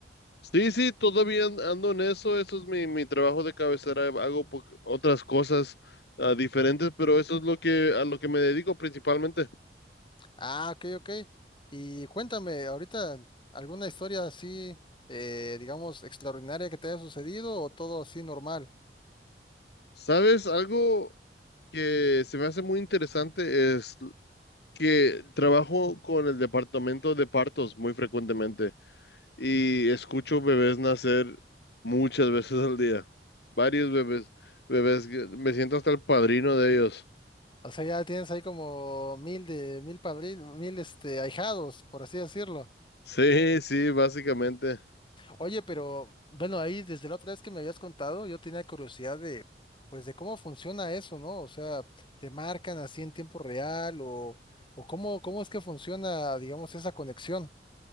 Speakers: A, on the left (about 65°); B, on the left (about 30°).
A: Sí, sí, todavía an- ando en eso, eso es mi, mi trabajo de cabecera, eh, hago po- otras cosas ah, diferentes, pero eso es lo que, a lo que me dedico principalmente.
B: Ah, ok, ok. Y cuéntame, ahorita, ¿alguna historia así, eh, digamos, extraordinaria que te haya sucedido o todo así normal?
A: ¿Sabes? Algo que se me hace muy interesante que trabajo con el departamento de partos muy frecuentemente y escucho bebés nacer muchas veces al día. Varios bebés, bebés, que- me siento hasta el padrino de ellos.
B: O sea, ya tienes ahí como mil de mil padrinos, mil este ahijados, por así decirlo.
A: Sí, sí, básicamente.
B: Oye, pero bueno, ahí desde la otra vez que me habías contado, yo tenía curiosidad de, pues, de cómo funciona eso, ¿no? O sea, ¿te marcan así en tiempo real o, o cómo, cómo es que funciona, digamos, esa conexión?